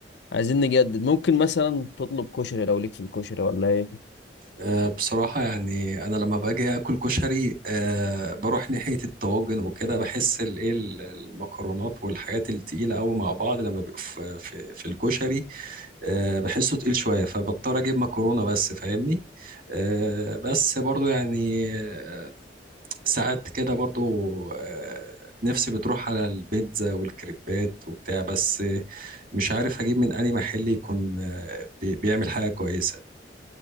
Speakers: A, on the left; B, on the right.
A: نجدد ممكن مثلا تطلب كشري لو ليك في الكشري ولا ايه
B: آه، بصراحة يعني أنا لما باجي آكل كشري آه، بروح ناحية الطواجن وكده بحس الإيه ال- المكرونات والحاجات التقيلة أوي مع بعض لما بيبقوا في, في, في الكشري آه، بحسه تقيل شوية فبضطر أجيب مكرونة بس فاهمني آه، بس برضو يعني آه، ساعات كده برضو آه، نفسي بتروح على البيتزا والكريبات وبتاع بس آه، مش عارف أجيب من أي محل يكون آه، بي- بيعمل حاجة كويسة